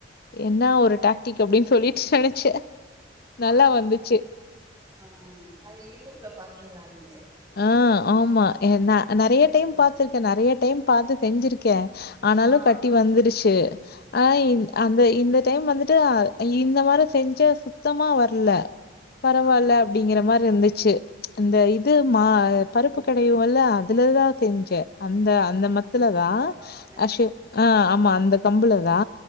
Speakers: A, on the left (about 55°); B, on the right (about 20°).
A: என்ன ஒரு டாக்டிக் அப்டின் சொல்லிட் நெனச்சே நல்லா
B: ஆ
A: வந்துச்சு
B: ஆ அத யூடூப்ல பாத்தீங்களா இது
A: ஆ ஆமா எ நா நெறைய
B: சரி
A: டைம்
B: சரி
A: பாத்திருக்கே நெறைய டைம் பாத்து செஞ்சிருக் கே ஆனாலு
B: ஆ
A: கட்டி வந்துருச்சி ஆ அந்த இந்த டைம் வந்துட்டு இந்த மாரி செஞ்சா சுத்தமா வர்ல பரவால்ல
B: ஆ ஆமா
A: அப்டிங்கிற மார்ருந்துச்சி அந்த இ து மா பருப்பு கடைவோ இல்ல அதுல தா செஞ்சே அந்த அந்த
B: ஆ
A: மத்துல தா
B: அந்த கம்புல
A: அஷே ஆ ஆமா அந்த கம்புல தா